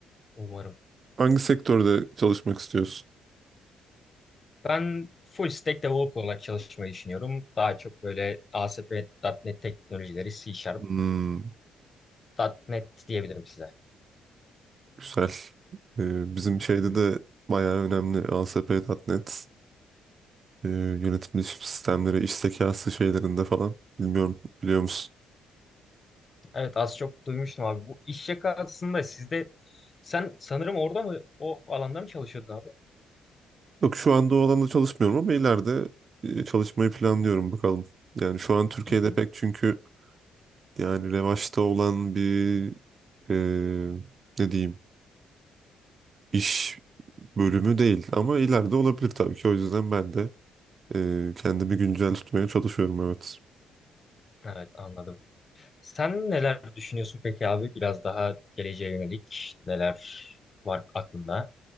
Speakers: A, on the left (about 35°); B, on the right (about 45°).
A: Umarım.
B: Hangi sektörde çalışmak istiyorsun?
A: Ben full stack developer olarak çalışmayı düşünüyorum. Daha çok böyle ASP.NET teknolojileri, C Sharp,
B: Hmm,
A: nokta .NET diyebilirim size.
B: güzel. E, bizim şeyde
A: Hı hı.
B: de bayağı önemli ASP.NET e, yönetim sistemleri, iş zekası şeylerinde falan. Bilmiyorum biliyor musun?
A: Evet az çok duymuştum abi. Bu iş yakasında sizde sen sanırım orada mı o alanda mı çalışıyordun abi?
B: Yok şu anda o alanda çalışmıyorum ama ileride e, çalışmayı planlıyorum bakalım. Yani şu an Türkiye'de
A: Hı hı.
B: pek çünkü yani revaçta olan bir e, ne diyeyim iş bölümü değil ama ileride olabilir tabii ki. O yüzden ben de e, kendimi güncel tutmaya çalışıyorum evet.
A: Evet anladım. Sen neler düşünüyorsun peki abi? Biraz daha geleceğe yönelik neler var aklında?